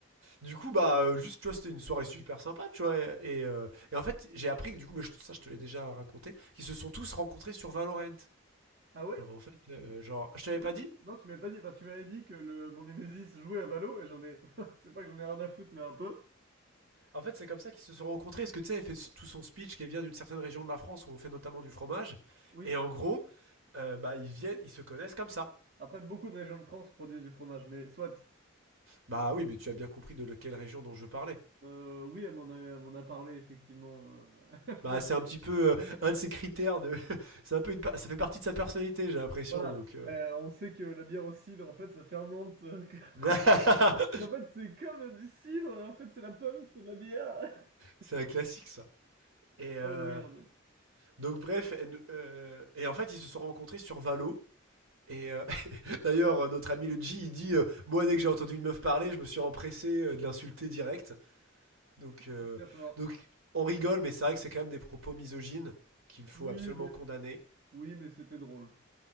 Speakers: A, on the right; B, on the right.
A: du coup, bah, euh, juste, tu vois, c'était une soirée super sympa, tu vois. Et, et, euh, et en fait, j'ai appris que, du coup, mais je- ça, je te l'ai déjà raconté, qu'ils se sont tous rencontrés sur Valorant.
B: Ah ouais?
A: Genre, en fait, euh, genre, je t'avais
B: Mais
A: pas
B: Non,
A: dit
B: non, tu m'avais pas dit, enfin, tu m'avais dit que le, mon Nemesis jouait à Valo et j'en ai, <laughs> c'est pas que j'en ai rien à foutre, mais un peu.
A: En fait, c'est comme ça qu'ils se sont rencontrés. Parce que tu sais, elle fait tout son speech qui vient d'une certaine région de la France où on fait notamment du fromage.
B: Oui.
A: Et en gros, euh, bah, ils viennent, ils se connaissent comme ça.
B: Après, beaucoup de régions de France produisent du fromage, mais soit.
A: Bah oui, mais tu as bien compris de quelle région dont je parlais.
B: Euh, oui, elle m'en a, elle m'en a parlé, effectivement. euh, <laughs>
A: Bah c'est un petit peu euh, un de ses critères de. <laughs> c'est un peu une pa- Ça fait partie de sa personnalité, j'ai l'impression.
B: Voilà,
A: Donc. euh.
B: Euh, on sait que la bière au cidre, en fait, ça fermente. euh, <laughs>
A: <laughs>
B: En fait, c'est comme du cidre, hein. en fait, c'est la pomme qui fait de la bière. <laughs>
A: c'est un classique ça. Et euh,
B: Oh merde,
A: donc bref, elle- euh, et en fait ils se sont rencontrés sur Valo. Et euh, D'ailleurs, euh, notre ami le G, il dit euh, Moi, dès que j'ai entendu une meuf parler, je me suis empressé euh, de l'insulter direct. Donc, euh,
B: c'est très fort.
A: donc, on rigole, mais c'est vrai que c'est quand même des propos misogynes qu'il faut
B: Oui,
A: absolument
B: mais...
A: condamner.
B: Oui, mais c'était drôle.